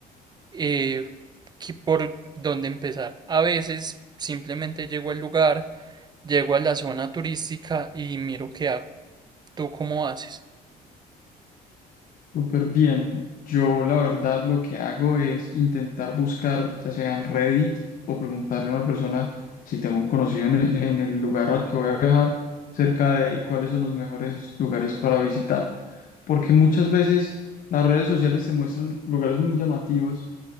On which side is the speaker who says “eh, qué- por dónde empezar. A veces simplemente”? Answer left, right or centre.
Right